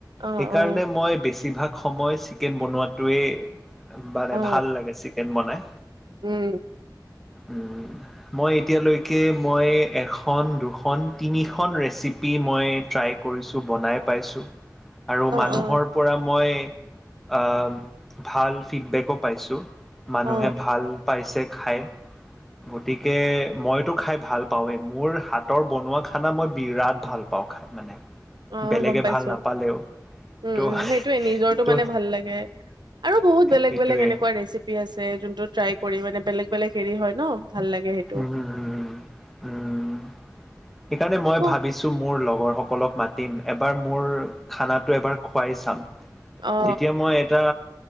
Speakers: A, on the right; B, in the centre.
A: অ
B: সেইকাৰণে
A: অ
B: মই বেছিভাগ সময় চিকেন বনোৱাটোৱেই মানে
A: অ
B: ভাল লাগে চিকেন বনাই।
A: উম।
B: উ মই এতিয়ালৈকে মই এখন দুখন, তিনি খন ৰেচিপি মই ট্ৰাই কৰিছো বনাই পাইছো।
A: <inaudible>
B: আৰু মানুহৰ
A: অ
B: পৰা মই আ ভাল ফিডবেকো পাইছো। মানুহে
A: অ
B: ভাল পাইছে খাই গতিকে মইতো খাই ভাল পাওঁৱে মোৰ হাতৰ বনোৱা খানা মই বিৰাট ভাল পাওঁ খাই মানে।
A: অ
B: বেলেগে
A: গম পাইছো।
B: ভাল নাপালেও
A: উ,
B: ত
A: উ, হেইটোয়ে নিজৰটো
B: ত
A: মানে ভাল লাগে আৰু বহুত বেলেগ
B: সেইটোৱে
A: বেলেগ এনেকুৱা ৰেচিপ কৰি আছে যোনটো ট্ৰাই কৰি মানে বেলেগ হেৰি হয় ন ভাল লাগে হে
B: উ, উ, উ উম সেইকাৰণে মই
A: অ
B: ভাবিছ মোৰ লগৰসকলক মাতিম এবাৰ মোৰ খানাটো এবাৰ খুৱাই চাম।
A: অ
B: তেতিয়া মই এটা